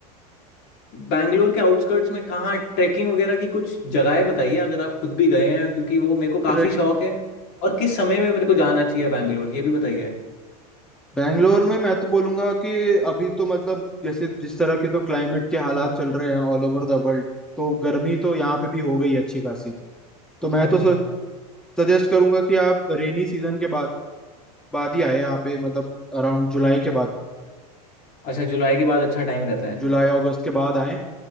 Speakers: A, on the left; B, in the centre.
A: बैंगलोर के आउटस्कर्ट्स में कहाँ ट्रैकिंग वगैरह की कुछ जगहें बताइए अगर आप खुद भी गए हैं क्योंकि वो मेरे को काफ़ी
B: तो
A: शौक है और किस समय में मेरे को जाना चाहिए बैंगलोर ये भी बताइए
B: बैंगलोर में मैं तो बोलूंगा कि अभी तो मतलब जैसे जिस तरह के तो क्लाइमेट के हालात चल रहे हैं ऑल ओवर द वर्ल्ड तो गर्मी तो यहाँ पे भी हो गई है अच्छी खासी तो मैं
A: हाँ
B: तो
A: जी
B: सजेस्ट करूंगा कि आप रेनी सीजन के बाद बाद ही आए यहाँ पे मतलब अराउंड जुलाई के बाद
A: अच्छा जुलाई के बाद अच्छा टाइम रहता है
B: जुलाई अगस्त के बाद आए